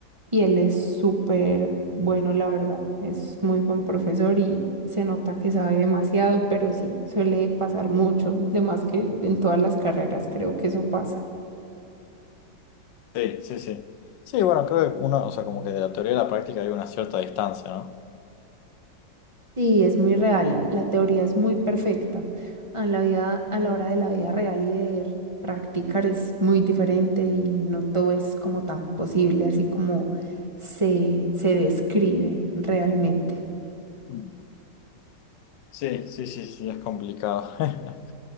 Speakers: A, on the right (about 15°); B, on the left (about 80°).
A: y él es súper bueno, la verdad, es muy buen profesor y se nota que sabe demasiado, pero sí, suele pasar mucho, de más que en todas las carreras creo que eso pasa.
B: Sí, sí, sí. Sí, bueno, creo que uno, o sea, como que de la teoría a la práctica hay una cierta distancia, ¿no?
A: Sí, es muy real. La teoría es muy perfecta. A la vida, a la hora de la vida real y de practicar es muy diferente y no todo es como tan posible, así como se, se describe realmente.
B: Mm. Sí, sí, sí, sí, es complicado. <laughs>